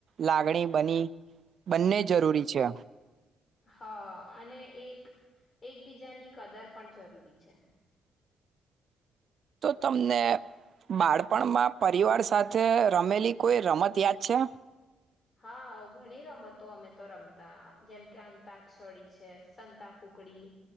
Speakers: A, on the right; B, on the left.
A: લાગણી બની બંને જરૂરી છે.
B: હા અને એક એકબીજાની કદર પણ જરૂરી છે.
A: તો તમને બાળપણમાં પરિવાર સાથે રમેલી કોઈ રમત યાદ છે
B: હા ઘણી રમતો અમે તો રમતા જેમ કે અંતાક્ષડી છે સંતા કુકડી